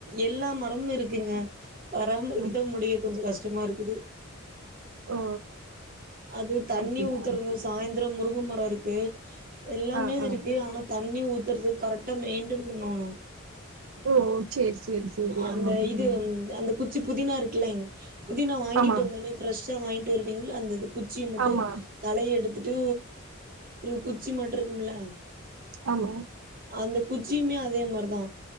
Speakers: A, on the right; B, on the right.
A: எல்லா மரமு இருக்குங்க பராமரிக்கத்தா
B: ம்
A: முடிய கொஞ்சோ கஷ்டமா இருக்குது
B: ஓ
A: அது தண்ணி
B: அப்டியா
A: ஊத்துறகோ சாய்ந்தரோ முருங்க மரோ இருக்கு எல்லாமே
B: ஆ ஆ
A: இருக்கு ஆனா தண்ணி ஊத்தறது கரெக்டா மெயின்டன் பண்ணோணு
B: ஓ சேரி சேரி சேரி
A: அந்த
B: ஆமா
A: இது அந்த குச் சி புதினா இருக்குலங் புதினா வாங்கிட்டு
B: ஆமா
A: வந்தோனே பிரஷ்ஷா வாங்கிட்டு வருவீங்களா அந்த இது குச்சிய மட்டு
B: ஆமா
A: தலைய எடுத்துட்டு ஒரு குச்சி மட்டு இருக்கும்ல
B: ஆமா
A: அந்த குச்சியுமே அதே மாரிதா